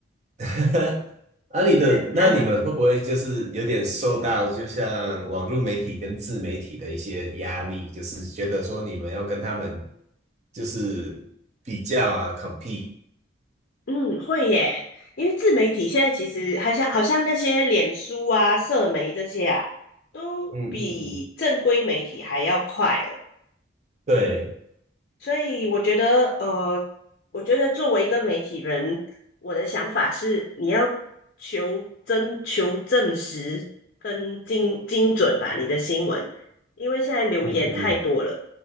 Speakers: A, on the right; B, on the left.
A: <laughs> 啊，你的，
B: 对，还蛮，
A: 那你们会不会就是有点受到，就像网络媒体跟自媒体的一些压力，就是觉得说你们要跟他们就是比较啊，compete，
B: 嗯，会耶，因为自媒体现在其实好像好像那些脸书啊、社媒这些啊，都比正规媒体还要快了。
A: 嗯嗯嗯对，
B: 嗯。所以我觉得，呃，我觉得作为一个媒体人，我的想法是，你要求真、求证实跟精精准吧，你的新闻，因为现在流言太多了，
A: 嗯嗯嗯，